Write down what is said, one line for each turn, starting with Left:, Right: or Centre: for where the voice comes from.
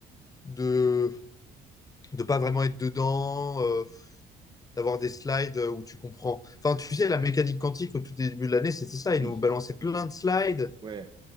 Left: de ne pas vraiment être dedans. euh, d'avoir des slides euh, où tu comprends. Enfin, tu sais, la mécanique quantique au tout début de l'année, c'était ça.
Right: Ah
Left: Ils
Right: oui,
Left: nous balançaient plein de slides.
Right: ouais,